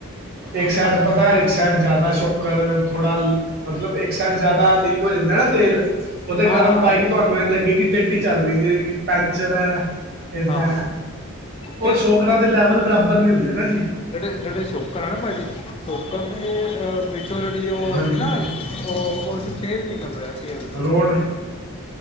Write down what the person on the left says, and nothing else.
ਹਾਂ ਹਾਂ
ਹਾਂ
ਹਾਂ
ਤੇ
ਜਿਹੜੇ-ਜਿਹੜੇ ਸੋਕਰ ਹੈ ਨਾ ਭਾਜੀ ਸੋਕੜ ਦੇ ਵਿੱਚੋਂ ਉਹ ਜਿਹੜੀ ਉਹ ਹੁੰਦੀ
ਨਾ ਉਹ ਉਹ ਚ ਤੇਲ ਨਿਕਲ ਰਿਹਾ ਤੇਲ